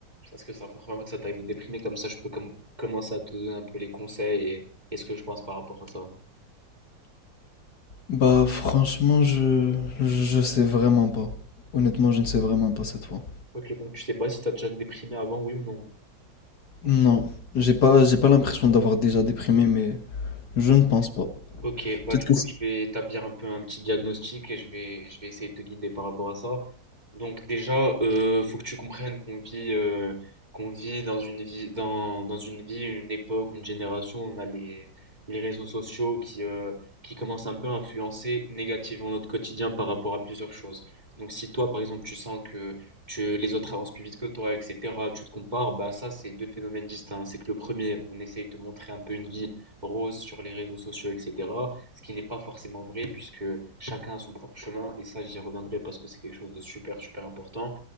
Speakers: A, on the right (about 20°); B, on the left (about 60°).
A: est-ce que c'est la première fois que ça t'arrive de déprimer comme ça je peux com- commencer à te donner un peu les conseils et, et ce que je pense par rapport à ça.
B: Bah franchement, je je sais vraiment pas. Honnêtement, je ne sais vraiment pas cette fois.
A: Ok, donc tu sais pas si t'as déjà déprimé avant, oui ou non?
B: Non, j'ai pas j'ai pas l'impression d'avoir déjà déprimé, mais je ne pense pas.
A: Ok, bah
B: Peut-être
A: du
B: que
A: coup
B: c'est-
A: je vais établir un peu un petit diagnostic et je vais, je vais essayer de te guider par rapport à ça. Donc déjà, euh, faut que tu comprennes qu'on vit, euh, qu'on vit dans une vie, dans, dans une vie, une époque, une génération, on a les, les réseaux sociaux qui, euh, qui commencent un peu à influencer négativement notre quotidien par rapport à plusieurs choses. Donc si toi par exemple tu sens que tu, les autres avancent plus vite que toi, etc., tu te compares, bah ça c'est deux phénomènes distincts. C'est que le premier, on essaye de te montrer un peu une vie rose sur les réseaux sociaux, etc. Ce qui n'est pas forcément vrai puisque chacun a son propre chemin et ça j'y reviendrai parce que c'est quelque chose de super super important.